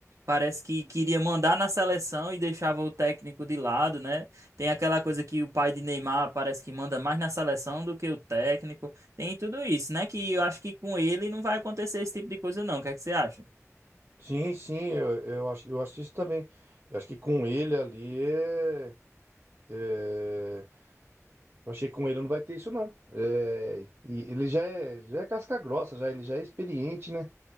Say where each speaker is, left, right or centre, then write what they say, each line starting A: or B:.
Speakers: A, on the right (about 70°); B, on the right (about 50°).
A: Parece que queria mandar na seleção e deixava o técnico de lado, né? Tem aquela coisa que o pai de Neymar parece que manda mais na seleção do que o técnico. Tem tudo isso, né? Que eu acho que com ele não vai acontecer esse tipo de coisa, não. O que é que você acha?
B: Sim, sim, eu, eu acho, eu acho isso também. Eu acho que com ele ali é. É, eu achei que com ele não vai ter isso, não. É, e ele já é, já é casca grossa, já, ele já é experiente, né?